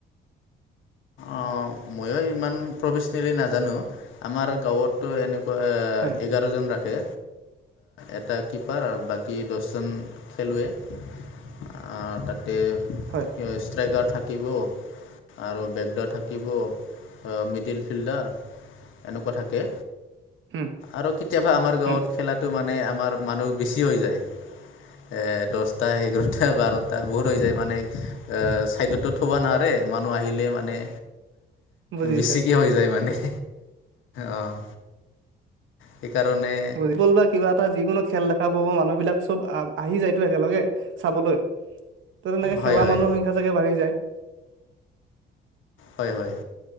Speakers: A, on the left; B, on the right.
A: অ' মইও ইমান প্ৰফেচনেলি নাজানোঁ। আমাৰ লগৰটো এনেকুৱা কুৱা
B: হয়
A: এঘাৰজন থাকে। এটা কিপাৰ আৰু বাকী দহজন খেলুৱৈ, আ তাত তাতে এ
B: হয়
A: ষ্ট্ৰাইকাৰ থাকিব আৰু বেকডাৰ থাকিব, আ মিডিল ফিল্ডাৰ এনেকুৱা থাকে।
B: উম
A: আৰু কেতিয়াবা আমাৰ গাঁৱত
B: উম
A: খেলাটো মানে, আমাৰ মানুহ বেছি হৈ যায়। এ দহটা, এঘাৰটা, বাৰটা বহুত হৈ যায় মানে এ সেইটোতো থ'ব নোৱাৰে, মানুহ আহিলে মানে
B: বুজিছে
A: বেছিকে হৈ যায় মানে, অহ'। সেইকাৰণে
B: ফুটবল বা কিবা এটা যিকোনো খেল দেখা পাব মানুহবিলাক চব আহ', আহি যায়তো একেলগে, চাবলৈ। ত' তেনেকে
A: হয়
B: খেলা
A: হয়
B: মানুহৰ সংখ্যা চাগৈ বাঢ়ি যায়।
A: হয়, হয়